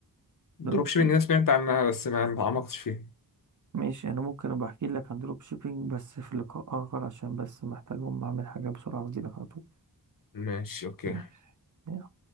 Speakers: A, on the left; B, on the right.
A: دروب
B: دروب
A: شيبنج
B: شيبينج
A: انا سمعت عنها بس ما ما تعمقتش فيها
B: ماشي انا ممكن ابقى احكي لك عن دروب شيبينج بس في لقاء اخر عشان بس محتاج اقوم اعمل حاجة بسرعة واجيلك على طول
A: ماشي اوكي
B: ماشي يلا.